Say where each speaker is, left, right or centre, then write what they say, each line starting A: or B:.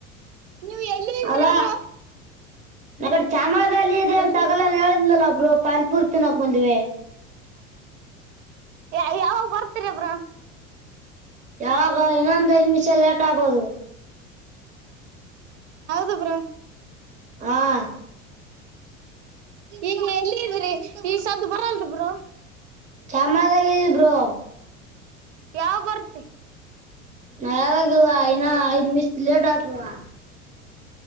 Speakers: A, on the right; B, on the right.
A: ನೀವ್ ಎಲ್ಲಿ ಇದ್ರ
B: ಅಲ
A: ಬ್ರೋ
B: ನಗಡೆ ಚಾಮರಲ್ಲಿ ಇದೆ ಅಂತ
A: ಎಲ್ಲಿದ್ರ
B: ತಗಲ ಹೇಳಿದ್ಲಲ್ಲಾ ಒಬ್ರು ಪಾಂಪೂರ್ ತಿನ್ನಕ ಬಂದಿವೆ
A: ಯಾವ ಬರ್ತರ ಬ್ರ
B: ಯಾವಾಗ ಇನ್ನೊಂದ್ ಐದ್ ನಿಮಿಷ ಲೇಟ್ ಆಗ್ಬೋದು
A: ಹೌದು ಬ್ರ
B: ಹಾಂ
A: ಈಗ ಎಲ್ಲಿ ಇದ್ರಿ ಈ ಸ್ದು ಬರಲ್ರಿ ಬ್ರ
B: ಶಾಮದಾಗ ಇದಬರು
A: ಯಾವ್ ಬರ್ತ್ತ
B: ನಾ ಯಾವಾಗಿಲ್ಲ ಇನ್ನ ಐದ್ ನಿಮಿಷ ಲೇಟ್ ಆತ್ಲ್ವಾ